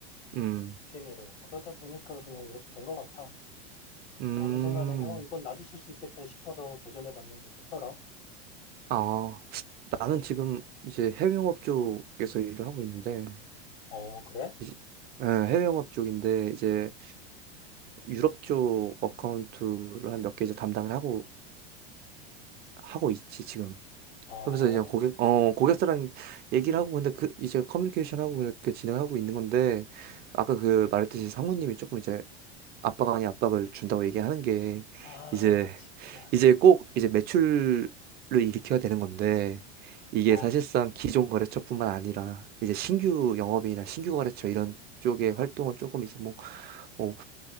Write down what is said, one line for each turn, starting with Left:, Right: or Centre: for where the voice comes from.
Right: 음,
Left: 취미로. 그러다 보니까 그냥 이렇게 된 것 같아.
Right: 음,
Left: 어느 순간에, 어, 이건 나도 쓸 수 있겠다 싶어서 도전해 봤는데 됐더라.
Right: 아, 나는 지금 이제 해외 영업 쪽에서 일을 하고 있는데.
Left: 어, 그래?
Right: 이제- 예, 해외 영업 쪽인데 이제 유럽 쪽 어카운트를 한 몇 개 이제 담당을 하고 하고 있지 지금.
Left: 어,
Right: 그러면서 이제 고객 어 고객사랑 얘기를 하고 근데 그 이제 커뮤니케이션 하고 그렇게 진행하고 있는 건데 아까 그 말했듯이 상무님이 조금 이제 압박 아니 압박을 준다고 얘기하는 게
Left: 아,
Right: 이제
Left: 진짜.
Right: 이제 꼭 이제 매출을 일으켜야 되는 건데 이게
Left: 어,
Right: 사실상 기존 거래처뿐만 아니라 이제 신규
Left: 음.
Right: 영업이나 신규 거래처 이런 쪽의 활동은 조금 이제 뭐 뭐